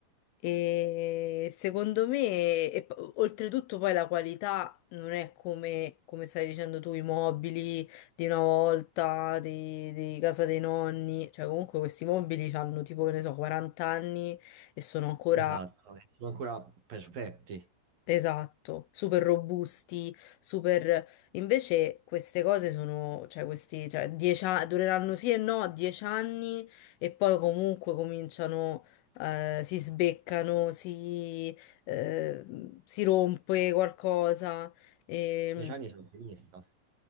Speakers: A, on the left (about 80°); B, on the right (about 45°).
A: E secondo me, e p- oltretutto poi la qualità non è come, come stavi dicendo tu, i mobili di una volta, di, di casa dei nonni, cioè comunque questi mobili hanno tipo, che ne so, 40 anni e sono ancora,
B: Esatto, eh. sono ancora perfetti.
A: esatto, super robusti, super... Invece queste cose sono, cioè questi, cioè 10 a- dureranno sì e no 10 anni e poi comunque cominciano... eh, si sbeccano, si, eh, si rompe qualcosa. E,
B: Dieci anni sono ottimista.